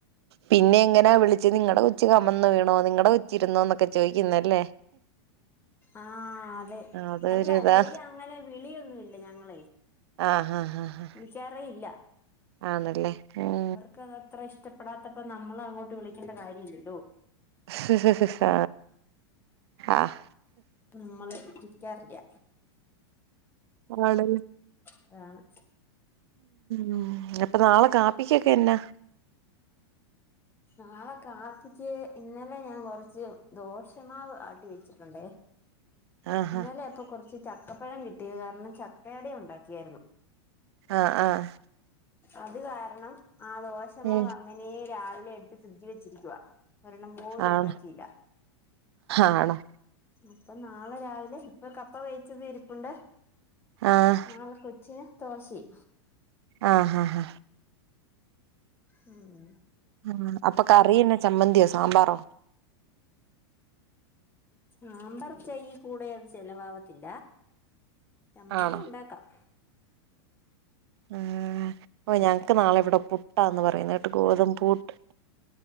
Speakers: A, on the right; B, on the left.
A: പിന്നെ ഇങ്ങനെ വിളിച്ച് നിങ്ങടെ കൊച്ച് കൊച്ച് കമന്ന് വീണോ നിങ്ങടെ കൊച്ചിരുന്നോ എന്നൊക്കെ ചോദിക്കുന്നല്ലേ
B: ആഹ് അതെ
A: അതൊരിതാ
B: അല്ല അല്ലേലും അങ്ങനെ വിളിയൊന്നും ഇല്ല ഞങ്ങളേ
A: ആഹ് ആഹ്
B: വിളിക്കാറേ ഇല്ല
A: ആന്നല്ലേ ഉം
B: അവർക്ക് അത് അത്ര ഇഷ്ടപ്പെടാത്തപ്പോ നമ്മള് അങ്ങോട്ട് വിളിക്കണ്ട കാര്യം ഇല്ലല്ലോ
A: ആഹ് ആഹ്
B: നമ്മള് വിളിക്കാറില്ല
A: ആണല്ലേ
B: അതാണ്
A: മ് അപ്പൊ നാളെ കാപ്പിക്കൊക്കെ എന്നാ
B: നാളെ കാപ്പിക്ക് ഇന്നലെ ഞാൻ കൊറച്ച് ദോശമാവ് ആട്ടി വെച്ചിട്ടുണ്ടേ
A: ആഹ്
B: ഇന്നലെ അപ്പൊ കുറച്ച് ചക്കപ്പഴം കിട്ടിയ കാരണം ചക്കയട ഉണ്ടാക്കിയേരുന്നു
A: ആഹ് ആഹ്
B: അത് കാരണം ആ ദോശമാവ്
A: ആഹ് ഉം
B: അങ്ങനെ രാവിലെ എടു എടുത്ത് ഫ്രിഡ്ജിൽ വെച്ചിരിക്കുവ ഒരെണ്ണം പോലും
A: ആണ്
B: ഉണ്ടാക്കിയില്ല
A: ആണോ
B: അപ്പൊ നാളെ രാവിലെ ഇപ്പൊ കപ്പ വേിച്ചത് ഇരിപ്പുണ്ട്
A: ആഹ്
B: നാളെ കൊച്ചിന് തോശെയ്
A: ആഹ് ഹാ ഹാ
B: മ്
A: മ് അപ്പൊ കറിയെന്ന ചമ്മന്തിയോ സാമ്പാറോ
B: സാമ്പർ വെച്ച ഈ കൂടെ അത് ചെിലവാവത്തില്ല ചമ്മന്തി
A: ആണോ
B: ഉണ്ടാക്കാം
A: മ് ഓ ഞങ്ങക്ക് നാളെ ഇവിടെ പുട്ടാന്ന് പറയുന്ന കേട്ട് ഗോതമ്പ് പുട്ട്